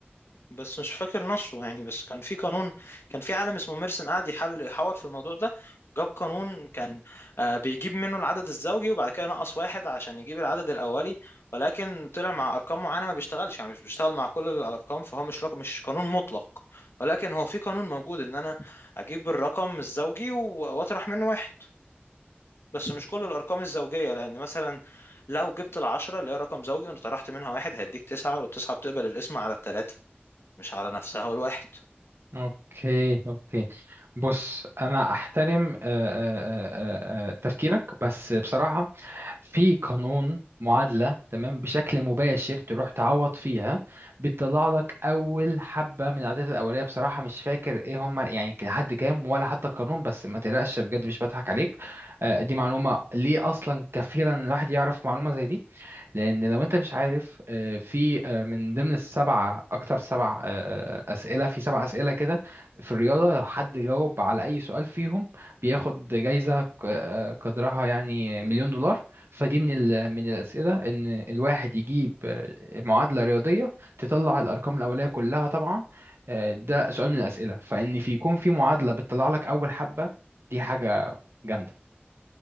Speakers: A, on the left; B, on the right.
A: بس مش فاكر نصه يعني بس كان في قانون كان في عالم اسمه ميرسن قاعد يحل يحاور في الموضوع ده جاب قانون كان آه، بيجيب منه العدد الزوجي وبعد كده ينقص واحد عشان يجيب العدد الأولي ولكن طلع مع أرقام معينة ما بيشتغلش يعني مش بيشتغل مع كل الأرقام فهو مش رقم مش قانون مطلق ولكن هو في قانون موجود إن أنا أجيب الرقم الزوجي و- وأطرح منه واحد بس مش كل الأرقام الزوجية لأن مثلا لو جبت العشرة اللي هي رقم زوجي وأنا طرحت منها واحد هيديك تسعة والتسعة بتقبل القسمة على التلاتة مش على نفسها والواحد
B: اوكي اوكي بص انا احترم آه، آه، آه، آه، تفكيرك بس بصراحه في قانون معادله تمام بشكل مباشر تروح تعوض فيها بتطلع لك اول حبه من العادات الاوليه بصراحه مش فاكر ايه هم يعني لحد كام ولا حتى القانون بس ما تقلقش بجد مش بضحك عليك آه، دي معلومه ليه اصلا كفيله ان الواحد يعرف معلومه زي دي لان لو انت مش عارف آه، في آه، من ضمن السبعه اكتر سبع آه، آه، اسئله في سبع اسئله كده في الرياضه لو حد جاوب على اي سؤال فيهم بياخد جايزه ق- آه، قدرها يعني مليون دولار فدي من ال- من الاسئله ان الواحد يجيب آه، معادله رياضيه تطلع الارقام الاوليه كلها طبعا آه، ده سؤال من الاسئله فان في يكون في معادله بتطلع لك اول حبه دي حاجه جامده